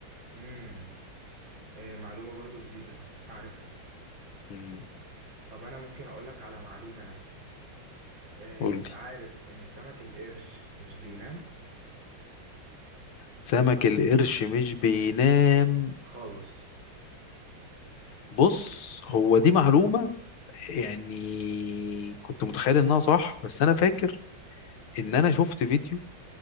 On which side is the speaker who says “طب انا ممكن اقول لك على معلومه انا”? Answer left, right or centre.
Right